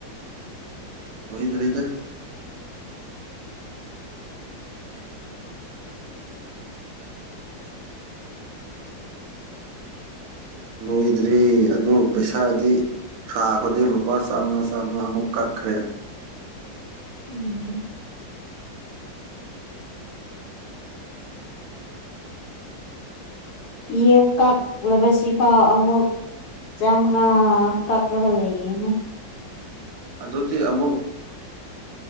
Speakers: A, on the right (about 85°); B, on the left (about 65°).
A: ꯂꯣꯏꯗ꯭ꯔꯤꯗꯥ ꯂꯣꯏꯗ꯭ꯔꯔꯤ ꯑꯣ ꯄꯩꯁꯥꯗꯤ ꯊꯥ ꯈꯨꯗꯤꯡ ꯂꯨꯄꯥ ꯆꯥꯝꯃꯉꯥ ꯆꯥꯝꯃꯉꯥ ꯑꯃꯨꯛ ꯀꯛꯈ꯭ꯔꯦ
B: ꯎꯝ ꯄꯤ ꯑꯦꯐ ꯀꯛꯂꯕꯁꯤꯐꯥꯎ ꯑꯃꯨꯛ ꯆꯃꯉꯥ ꯀꯈꯒ ꯂꯩꯅꯤ
A: ꯑꯗꯨꯗꯤ ꯑꯃꯨꯛ